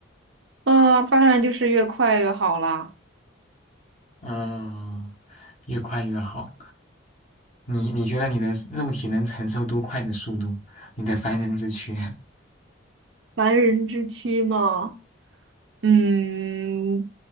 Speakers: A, on the right; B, on the left.
A: 啊、当然就是越快越好啦，
B: 嗯，越快越好。你你觉得你的肉体能承受多快的速度？你的凡人之躯？
A: 凡人之躯嘛。嗯，